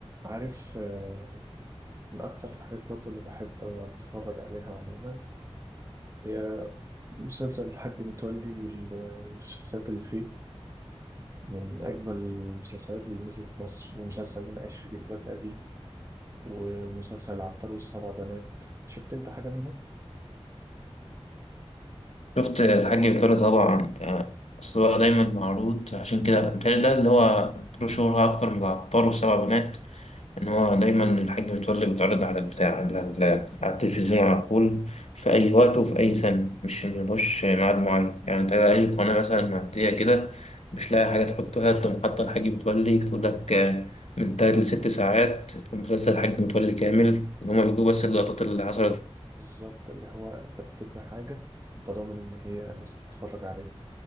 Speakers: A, on the right; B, on the left.
A: عارف آه، من أكتر الحاجات برضه اللي بحب أتفرج عليها عموما هي مسلسل الحاج متولي وال- والشخصيات اللي فيه من أجمل المسلسلات اللي نزلت مصر ومسلسل اللي أنا عايش في جلباب أبي ومسلسل العطار والسبع بنات شفت أنت حاجة منهم؟
B: شفت الحاج بيطري طبعا ده- أصل هو دايما معروض عشان كده بيتهيألي ده اللي هو له شهرة أكتر من العطار وسبع بنات إن هو دايما الحاج متولي بيتعرض على البتاع على ال- على التلفزيون على طول في أي وقت وفي أي سنة مش ملوش ميعاد معين يعني أنت أي قناة مثلا معدية كده مش لاقي حاجة تحطها تقوم حاطة الحاج متولي تقول لك آه، من تلات لست ساعات مسلسل الحاج متولي كامل إن هما بيجيبوا بس اللقطات اللي حصلت
A: بالظبط اللي هو أنت بترمي حاجة أنت ضامن إن هي الناس تتفرج عليها